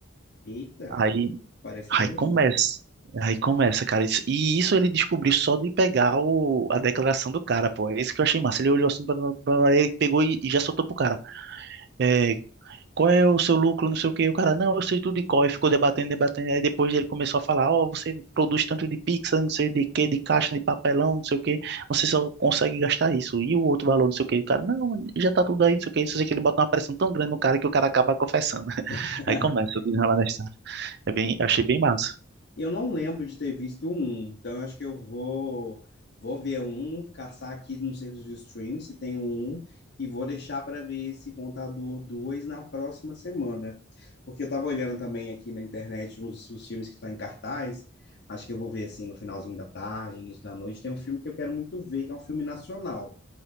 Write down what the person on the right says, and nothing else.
Aí,
aí começa, aí começa, cara. Isso- E isso ele descobriu só de pegar o, a declaração do cara, pô. É isso que eu achei massa. Ele olhou assim, blá, blá, blá, blá, ele pegou e, e já soltou pro cara. É, qual é o seu lucro, não sei o quê. O cara, não, eu sei tudo de cor. E ficou debatendo, debatendo. Aí depois ele começou a falar, ó, você produz tanto de pizza, não sei de quê, de caixa, de papelão, não sei o quê. Você só consegue gastar isso. E o outro valor, não sei o quê. O cara, não, já tá tudo aí, não sei o quê. Só sei que ele bota uma pressão tão grande no cara que o cara acaba confessando. <laughs>
Aí começa o desenrolar da história. É bem, achei bem massa.